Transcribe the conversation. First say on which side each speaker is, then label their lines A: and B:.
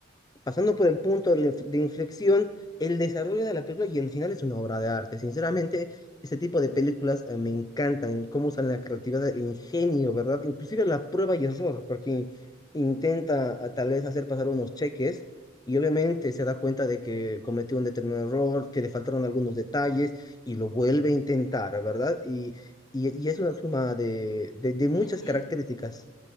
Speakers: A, on the left; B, on the left.
A: pasando por el punto de, inf- de inflexión, el desarrollo de la película y el final es una obra de arte. Sinceramente, este tipo de películas eh, me encantan, cómo usan la creatividad, el ingenio, ¿verdad? Inclusive la prueba y error, porque intenta a, tal vez hacer pasar unos cheques. Y obviamente se da cuenta de que cometió un determinado error, que le faltaron algunos detalles y lo vuelve a intentar, ¿verdad? Y, y, y es una suma de, de de muchas
B: Y es muy,
A: características.